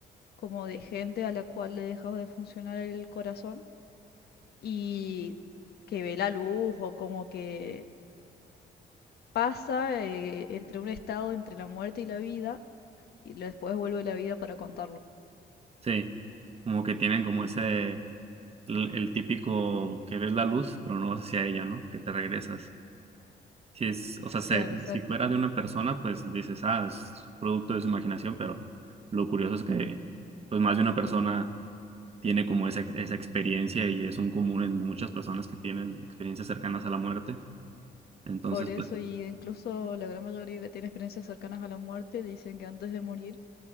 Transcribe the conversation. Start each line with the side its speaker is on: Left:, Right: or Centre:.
Left: como de gente a la cual le dejaba de funcionar el corazón y que ve la luz o como que pasa eh, entre un estado entre la muerte y la vida y lo- después vuelve a la vida para contarlo.
Right: Sí, como que tienen como ese, el, el típico que ves la luz, pero no vas hacia ella, ¿no? Que te regresas. Si es, o sea, se-
Left: Claro, exacto.
Right: si fuera de una persona, pues dices, ah, es producto de su imaginación, pero lo curioso es que, pues, más de una persona tiene como esa, esa experiencia y es un común en muchas personas que tienen experiencias cercanas a la muerte Entonces,
Left: Por eso
Right: pues,
Left: y incluso la gran mayoría que tiene experiencias cercanas a la muerte dicen que antes de morir